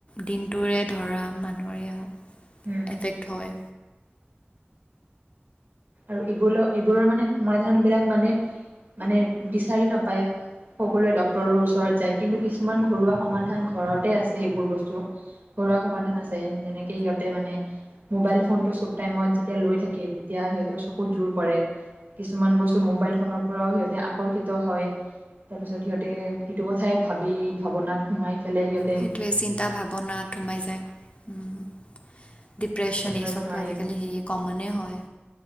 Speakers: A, on the left; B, on the right.
A: দিনটোৰে ধৰা মানুহ এৰিয়া
B: উম,
A: এফেক্ট হয়
B: আৰু এইবোৰ এইবোৰৰ মানে সমাধান বিলাক মানে মানে বিচাৰি নাপায় সকলোৱে ডক্তৰৰ ওচৰত যায় কিন্তু কিছুমান ঘৰুৱা সমাধান ঘৰতে আছে সেইবোৰ বস্তু ঘৰুৱা সমাধান আছে যেনেকে সিহঁতে মানে মোবাইল ফোনটো চব টাইমত যেতিয়া লৈ থাকে তেতিয়া সিহঁত সিহঁতৰ চকুত জোৰ পৰে কিছুমান বস্তু মোবাইল ফোনৰ পৰাও সিহঁতে আকৰ্ষিত হয় তাৰ পিছত সিহঁতে সেইটো কথাই ভাবি ভাৱনাত সোমাই পেলাই সিহঁত
A: সেইটোৱে চিন্তা ভাৱনাত সোমাই যায় উম ডিপ্ৰেশ্যন
B: টোপনি
A: এই
B: মাৰিব
A: চবটো
B: নোৱাৰে
A: আজিকালি সেই কমনে হয়